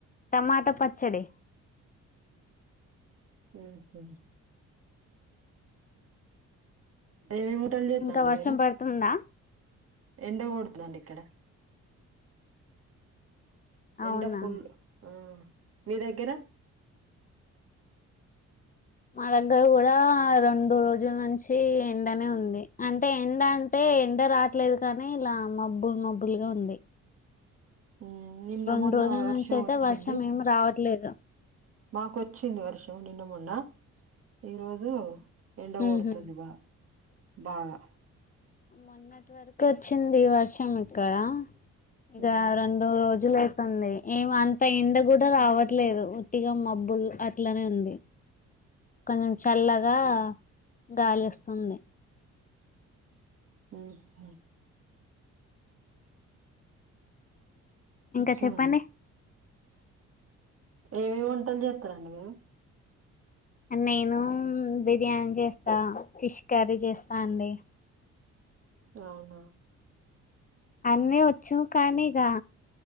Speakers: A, on the left (about 30°); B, on the right (about 50°).
A: టమాట పచ్చడి
B: ఉహు ఏమేఏంమొటలు జేతన్నాండి
A: ఇంకా వర్షం
B: మీరు
A: పడుతుందా
B: ఎండ గోడ్తుందండి ఇక్కడ ఎండ
A: అవునా
B: ఫుల్ ఆ మీ దెగ్గర
A: మా దగ్గర కూడా రొండు రోజుల్ నుంచీ ఎండనే ఉంది అంటే ఎండ టే ఎండ రాట్లేదు కానీ ఇలా మబ్బుల్ మబ్బుల్గా ఉంది.
B: ఉ నిన్న
A: రెండు
B: మొన్న
A: రోజుల
B: వర్షం
A: నుంచి అయితే
B: ఒచ్చిది.
A: వర్షం రావట్లేదు
B: మాకొచ్చింది వర్షం నిన్న మొన్న ఈరోజు ఎండ
A: ఉహు
B: గొడుతుంది బా బాగా
A: మొన్నటి వర్కు ఒచ్చింది వర్షం ఇక్కడ. ఇగ
B: ఉమ్
A: రొండు రోజులు అయితుంది ఏం అం తో ఎండ గూడా రావట్లేదు ఉట్టిగా మబ్బులు అట్లనే ఉంది. కొంజం చల్లగా గాలొస్సుంది.
B: ఉహు
A: ఇంకా
B: ఇకానె
A: చెప్పండి
B: ఏవేవి ఒంటల్ జేత్తరండి మీరు
A: నేనూ బిర్యాని జేస్తా ఫిష్ కర్రీ జేస్తా అండి
B: అవునా
A: అన్నీ వోచ్చు కానీ ఇగా